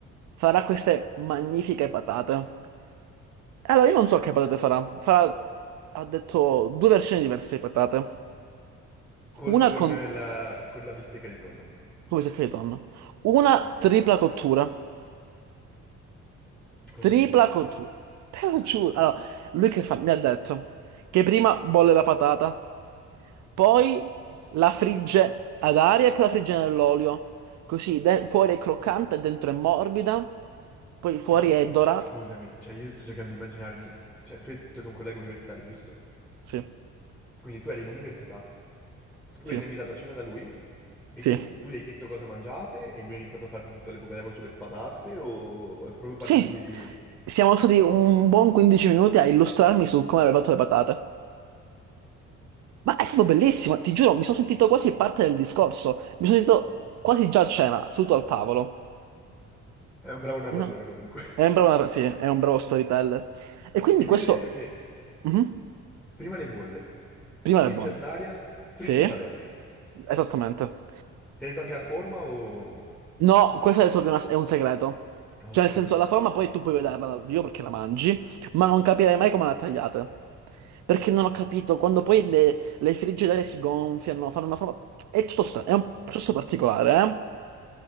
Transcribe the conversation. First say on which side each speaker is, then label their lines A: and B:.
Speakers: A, on the right; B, in the centre.
A: Farà queste magnifiche patate. Allora, io non so che patate farà. Farà, ha detto, due versioni diverse di patate.
B: Col-
A: Una
B: con
A: con,
B: la, con la bistecca di tonno.
A: come si chiama di tonno? Una
B: Ok.
A: tripla cottura.
B: Cosa
A: Tripla
B: significa?
A: cottura. <laughs> Te lo
B: Cosa
A: giuro.
B: significa?
A: Allora, lui che fa? Mi ha detto che prima bolle la patata, poi la frigge ad aria e poi la frigge nell'olio. Così, de- fuori è croccante, dentro è morbida, poi fuori
B: Che poi,
A: è
B: eh,
A: dorata.
B: scusami, cioè io sto cercando di immaginarmi... Cioè, tu hai detto che è un collega universitario, giusto?
A: Sì,
B: Quindi tu eri in università,
A: sì,
B: lui ti ha invitato a cena da lui, e
A: sì.
B: tu, tu gli hai chiesto cosa mangiate, e lui ha iniziato a farti tutto l'epopedema sulle patate, o è proprio partito
A: Sì,
B: lui di...
A: siamo stati un buon 15 minuti a illustrarmi su come avrei fatto le patate. Ma è stato bellissimo, ti giuro, mi sono sentito quasi parte del discorso. Mi sono sentito quasi già a cena, seduto al tavolo.
B: È un bravo narratore
A: No,
B: comunque.
A: è un bravo, narra- sì, è un bravo storyteller. E quindi
B: E quindi
A: questo...
B: ha detto che
A: Mhm.
B: prima le bolle,
A: Prima
B: friggi
A: le bolle.
B: ad aria, friggi
A: Sì,
B: in padella.
A: esattamente.
B: Ti ha detto anche la forma o...
A: No, questo ho detto che è, una- è un segreto.
B: Oh,
A: Cioè,
B: scusami.
A: nel senso, la forma poi tu puoi vederla dal vivo perché la mangi, ma non capirei mai come la tagliate. Perché non ho capito, quando poi le, le frigge d'aria si gonfiano, fanno una forma... È tutto strano, è un processo particolare,